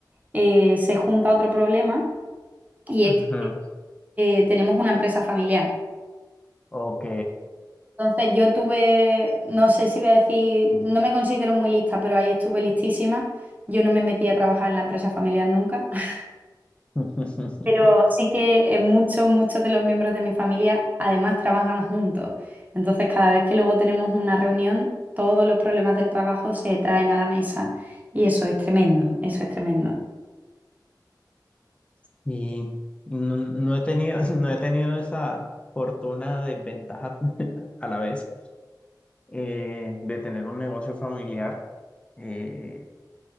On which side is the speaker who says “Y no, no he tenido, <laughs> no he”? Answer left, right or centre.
Left